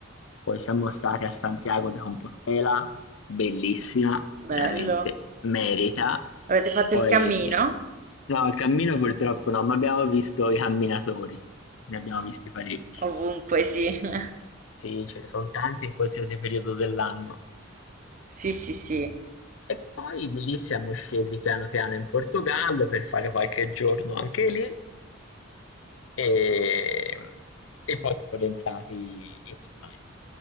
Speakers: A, on the left; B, on the right.
A: poi siamo stati a Santiago de Compostela, bellissima,
B: Bello.
A: veramente merita.
B: Avete fatto
A: Poi
B: il cammino?
A: no, il cammino purtroppo no, ma abbiamo visto i camminatori, ne abbiamo visti parecchi.
B: Ovunque, sì. <laughs>
A: Sì, ce ne son tanti in qualsiasi periodo dell'anno.
B: Sì, sì, sì.
A: E poi di lì siamo scesi piano piano in Portogallo per fare qualche giorno anche lì e, e poi siamo rientrati in Spagna.